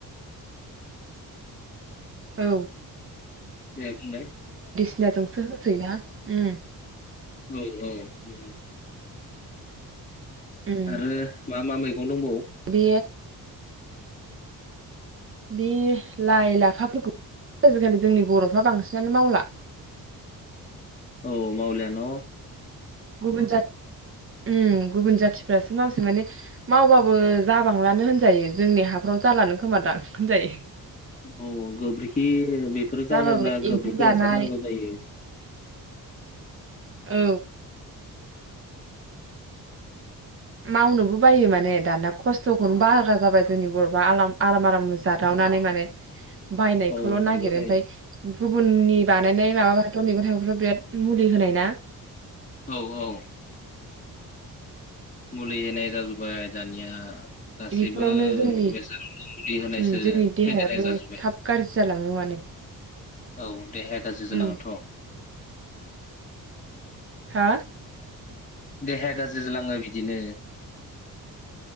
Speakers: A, on the right; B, on the left.
A: औ।
B: दे बुंलाय।
A: सिनाजोंसो होसै ना उम्म।
B: औ औ नंगौ।
A: उम
B: आरो मा मा मैगं गं दंबावो?
A: बे बे लाइ लाफाफोरखौ आजिखालि जोंनि बर'फ्रा बांसिनानो मावला।
B: औ मउलान'?
A: गुबुन जाथि उम्म गुबुन जाथिफ्रासो मावसेै माने मावबाबो जाबांलानो होनजायो जोंनि हाफ्राव जालानो खोमादां होनजायो।
B: अ गोबोरखि बेफोर
A: जाबाबो
B: जानोब्ला
A: एम्फौ
B: गोबोरखि
A: जानाय
B: हासार नांगौ जायो।
A: औ। मावनोबो बायो माने दाना खस्थ'खौनो बारा जाबाय जोंनि बर'फ्रा आर आराम आराम जादावनानै माने बायनायखौल'
B: औ नंगौ
A: नागिरो
B: दे
A: ओमफ्राय गुबुननिबा नानै माबाबाथ मैगं थाइगं बिराद मुलि होनाय ना।
B: औ औ। मुलि होननाय जाजोबबाय दानिया गासैबो
A: बेफोरावनो जोंनि
B: बेसादावनो मुलि होनायसो
A: ओम जोंनि देहायाबो
B: फेदेरनाय जाजोब्बाय
A: थाब गाज्रि जालाङो माने
B: औ। देहाया गाज्रि
A: उम
B: जालांङोथ'।
A: हा?
B: देहाया गाज्रि जालाङो बिदिनो